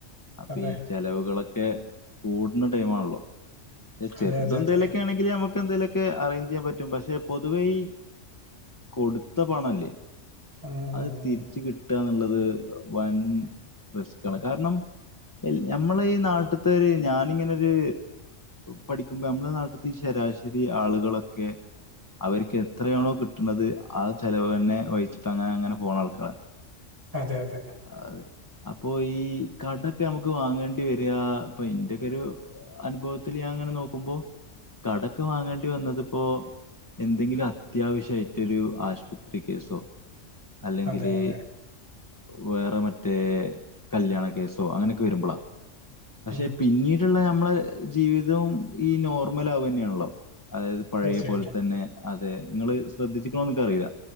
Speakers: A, on the left (about 15°); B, on the right (about 15°).
A: അപ്പൊ
B: അതെ
A: ഈ ചെലവുകളൊക്കെ കൂടുന്ന ടൈമാണല്ലോ പക്ഷെ ചെറുത
B: അതെ അതെ
A: എന്തേലൊക്കെ
B: അതെ
A: ആണെങ്ക നമുക്ക് എന്തെലുമൊക്കെ അറേഞ്ച് ചെയ്യാൻ പറ്റും പക്ഷെ പൊതുവെഈ കൊടുത്ത പണം അല്ലേ
B: ഉം ഉം
A: അത്
B: ഉം.
A: തിരിച്ച കിട്ടുകന്നുള്ളത് വൻ റിസ്ക് ആണ് കാരണം ഞമ്മളെ ഈ നാട്ടത്തര് ഞാനിങ്ങനെരു പഠിക്കുമ്പോ നമ്മളുടെ നാട്ടിൽ ശരാശരി ആളുകളൊക്കെ അവർക്ക് എത്രയാണോ കിട്ടണത് ആ ചെലവ് തന്നെ വഹിച്ചിട്ട അ അങ്ങനെങ്ങനെ പോണ ആൾക്കാരെ
B: അതെ അതെ
A: അതെ അപ്പൊ ഈ കടൊക്കെ നമുക്ക് വാങ്ങണ്ടി വരിക ഇപ്പൊ ഇന്റൊക്കൊരു അനുഭവത്തിൽ ഞാൻ അങ്ങനെ നോക്കുമ്പോ കടക്ക് വാങ്ങണ്ടി വന്നതിപ്പോ എന്തെങ്കിലും അത്യാവശ്യായിട്ടൊരു ആശ്പത്രി കേസോ അല്ലെങ്കില്
B: അതെ അതെ.
A: വേറെ മറ്റേ കല്യാണ കേസോ അങ്ങനൊക്കെ വരുമ്പളാ പക്ഷെ
B: ഉം.
A: പിന്നീട്ള്ള നമ്മളെ ജീവിതവും ഈ നോർമൽ ആവുതന്നെയാണല്ലോ അതായത് പഴയ
B: തീർച്ചയായിട്ടും,
A: പോലെ തന്നെ അതായത് പഴേ പോൽതന്നെ അതെ നിങ്ങൾ ശ്രദ്ധിച്ചിക്കണോന്ന് ഇക്ക് അറിയില്ല